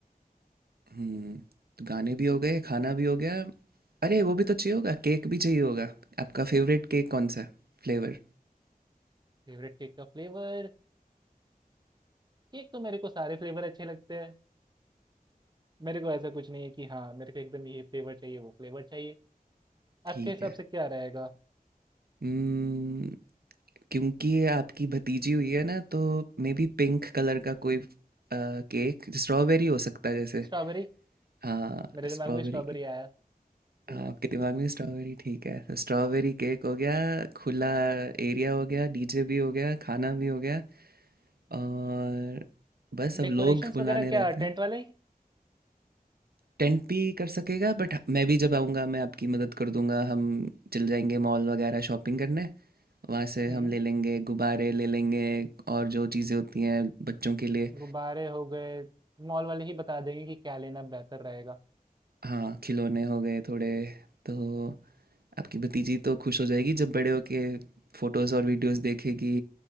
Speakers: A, on the right (about 80°); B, on the right (about 30°).
A: हम्म तो गाने भी हो गए खाना भी हो गया अरे वो भी तो चाहिए होगा केक भी चाहिए होगा आपका फेवरेट केक कौन सा है फ्लेवर
B: फेवरेट केक का फ्लेवर केक तो मेरे को सारे फ्लेवर अच्छे लगते हैं मेरे को ऐसा कुछ नहीं है कि हाँ मेरे को एकदम ये फ्लेवर चाहिए वो फ्लेवर चाहिए
A: ठीक
B: आपके हिसाब
A: है
B: से क्या रहेगा
A: हम्म क्योंकि ये आपकी भतीजी हुई है ना तो मे बी पिंक कलर का कोई केक स्ट्रॉबेरी हो सकता है जैसे
B: स्ट्रॉबेरी
A: हाँ
B: मेरे दिमाग
A: स्ट्रॉबेरी
B: में स्ट्रॉबेरी
A: केक
B: आया तो
A: हाँ आपके दिमाग में स्ट्रॉबेरी ठीक है तो स्ट्रॉबेरी केक हो गया खुला एरिया हो गया डीजे भी हो गया खाना भी हो गया और बस अब
B: डेकोरेशंस
A: लोग बुलाने
B: वगैरह
A: रहते
B: क्या
A: हैं
B: टेंट वाले ही
A: टेंट भी कर सकेगा बट मैं भी जब आऊँगा मैं आपकी मदद कर दूंगा हम चल जाएंगे मॉल वगैरह शॉपिंग करने वहाँ से
B: हम्म
A: हम ले लेंगे गुब्बारे ले लेंगे और जो चीज़ें होती हैं बच्चों के लिए
B: गुब्बारे हो गए मॉल वाले ही बता देंगे कि क्या लेना बेहतर रहेगा
A: हाँ खिलौने हो गए थोड़े तो आपकी भतीजी तो खुश हो जाएगी जब बड़े होके फोटोज़ और वीडियोज़ देखेगी